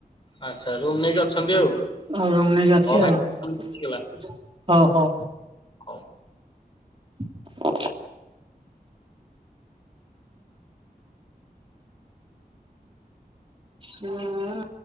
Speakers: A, on the left; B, on the right.
A: ଆଚ୍ଛା ରୁମ୍ ନେଇକି ଅଛନ୍ତି ଆଉ
B: ଆଉ ରୁମ୍ ନେଇକି
A: ହଉ
B: ଅଛି
A: ଭାଇ
B: ଆଉ।
A: ହେଇଗଲା
B: ହୋ ହୋ।
A: ହଉ।
B: <inaudible> ହଁ।